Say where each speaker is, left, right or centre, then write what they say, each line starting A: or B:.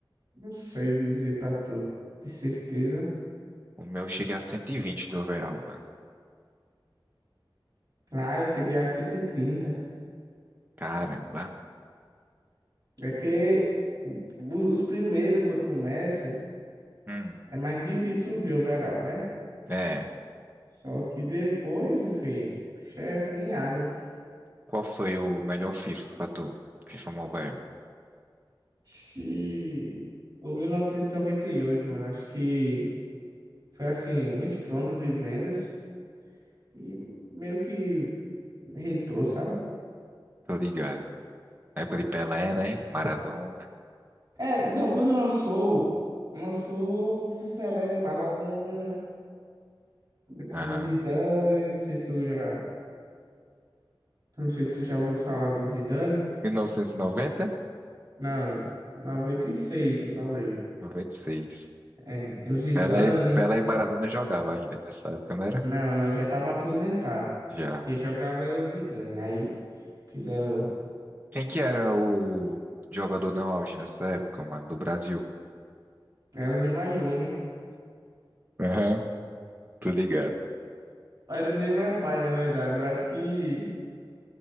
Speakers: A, on the right; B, on the right.
A: não sei dizer pra tu de certeza.
B: O meu chega a 120 do overall, mano.
A: Ah, eu segui a 130.
B: Caramba.
A: É porque o- os primeiros, quando começa,
B: Hum,
A: é mais difícil subir o overall, né?
B: é.
A: Só que depois, enfim, é que nem água.
B: Qual foi o melhor FIFA pra tu? FIFA Mobile.
A: Acho que. O 1998, mano, acho que. Foi assim, um estrondo de vendas e meio que retrô, sabe?
B: Tô ligado. Época de Pelé, né? Maradona.
A: É, não, quando lançou, lançou com Pelé, Maradona, com
B: Aham.
A: Zidane, não sei se tu já, não sei se tu já ouviu falar do Zidane.
B: 1990?
A: Não, 96 eu falei.
B: 96.
A: É, o Zidane,
B: Pelé, e- Pelé e Maradona jogava ainda nessa época, não era?
A: não, não, já tava aposentado.
B: Já.
A: Quem jogava era o Zidane. Aí fizeram,
B: Quem que era o jogador no auge nessa época, mano? Do Brasil?
A: era o Neymar Júnior.
B: Aham. Tô ligado.
A: Era o Neymar pai, na verdade. Eu acho que